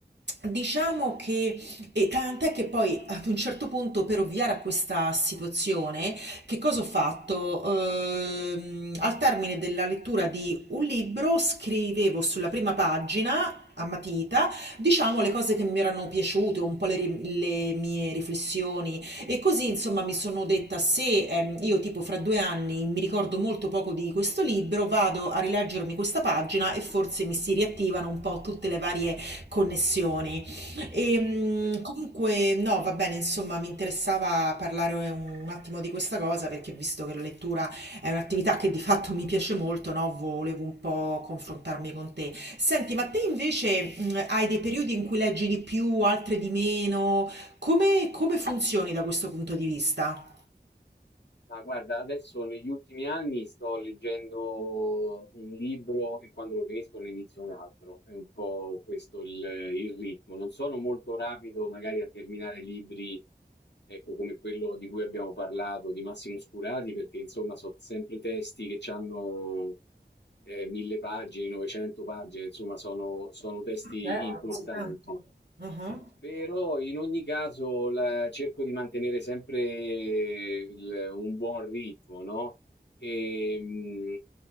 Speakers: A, on the right; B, on the left.
A: Diciamo che, e tant'è che poi ad un certo punto per ovviare a questa situazione, che cosa ho fatto? Ehm, al termine della lettura di un libro scrivevo sulla prima pagina a matita, diciamo le cose che mi erano piaciute, un po' le, ri- le mie riflessioni e così, insomma, mi sono detta: se ehm, io, tipo, fra due anni mi ricordo molto poco di questo libro, vado a rileggermi questa pagina e forse mi si riattivano un po' tutte le varie connessioni. E, mh,
B: eh,
A: comunque, no, va bene, insomma, mi interessava parlare un, un attimo di questa cosa perché, visto che la lettura è un'attività che di fatto mi piace molto, no, volevo un po' confrontarmi con te. Senti, ma te invece mh, hai dei periodi in cui leggi di più, altri di meno? Come come funzioni da questo punto di vista?
B: Ma guarda, adesso negli ultimi anni sto leggendo un libro e quando lo finisco ne inizio un altro. È un po' questo il, il ritmo. Non sono molto rapido magari a terminare libri, ecco, come quello di cui abbiamo parlato, di Massimo Scurati, perché insomma sono sempre testi che hanno mille pagine, 900 pagine, insomma sono sono testi
A: Certo,
B: importanti.
A: così tanto. Ah-ah.
B: Però in ogni caso la- cerco di mantenere sempre il- un buon ritmo, no? E, mh,